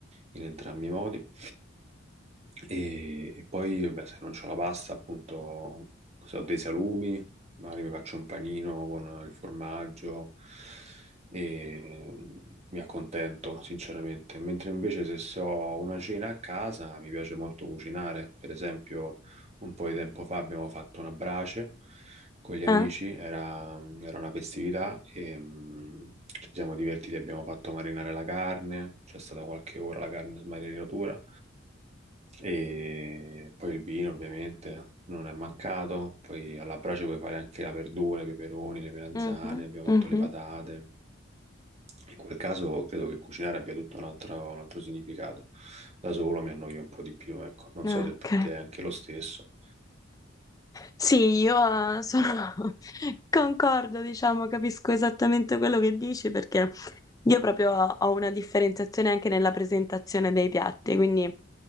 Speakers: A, on the right; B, on the left.
A: in entrambi i modi. E, e poi, beh, se non c'ho la pasta, appunto, se ho dei salumi, magari mi faccio un panino con il formaggio e mi accontento, sinceramente. Mentre invece se, se ho una cena a casa, mi piace molto cucinare. Per esempio, un po' di tempo fa abbiamo fatto una brace con gli amici,
B: eh,
A: era, era una festività e mh, ci siamo divertiti, abbiamo fatto marinare la carne, c'è stata qualche ora la carne in marinatura e poi il vino ovviamente non è mancato, poi alla brace puoi fare anche la verdura, i peperoni, le melanzane,
B: mhm,
A: abbiamo
B: mhm,
A: fatto le patate. In quel caso credo che cucinare abbia tutto un altro, un altro significato. Da solo mi annoio un po' di più, ecco. Non
B: eh,
A: so se per
B: ok.
A: te è anche lo stesso.
B: Sì, io eh, sono... <laughs> concordo, diciamo, capisco esattamente quello che dici perché io proprio ho una differenziazione anche nella presentazione dei piatti, quindi